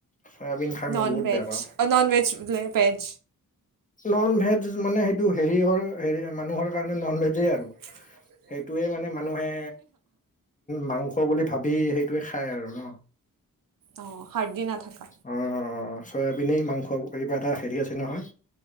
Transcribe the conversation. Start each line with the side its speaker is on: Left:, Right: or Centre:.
Left: চয়াবিন খাই
Right: ননভেজ
Left: মই বহুত বেয়া পাওঁ
Right: ননবেজ বোলে ভেজ
Left: নন ভেজ মানে সেইটো হেৰি হে মানুহৰ কাৰণে নন ভেজে আৰু
Right: ম
Left: সেইটোৱে মানে মানুহে মাংস বুলি ভাবি সেইটোৱে খায় আৰু ন
Right: অঁ সাদদি নাথাকা
Left: অ অ চয়াবিনেই মাংস কিবা এটা হেৰি আছে নহয়